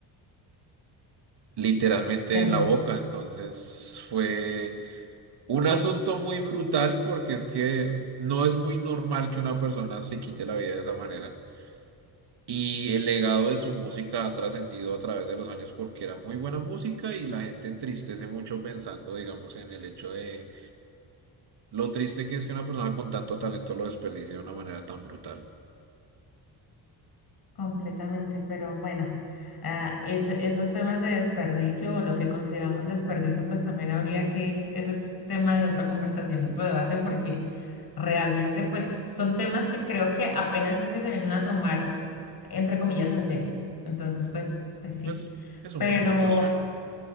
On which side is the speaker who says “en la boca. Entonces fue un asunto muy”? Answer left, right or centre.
Right